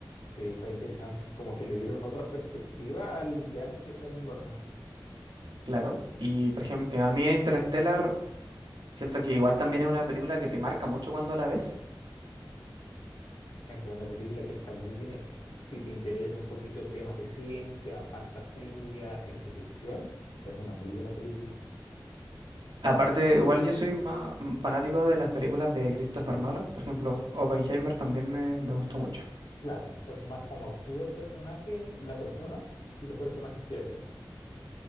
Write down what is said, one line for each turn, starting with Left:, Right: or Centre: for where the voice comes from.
Left: Sí, estaba interesante. Como que le dieron otra perspectiva al villano que sale en Batman.
Right: Claro. Y por ejemplo, al mí Interstellar, siento que igual también es una película que te marca mucho cuando la ves.
Left: Es que es una película que está muy bien hecha. Si te interesa un poquito de temas de ciencia, fantasía, ciencia ficción, es una muy buena película.
Right: Aparte, igual yo soy más mm, fanático de las películas de Christopher Nolan. Por ejemplo, Oppenheimer también me, me gustó mucho.
Left: Claro, entonces más como actúa el personaje, la persona y los personajes que hace.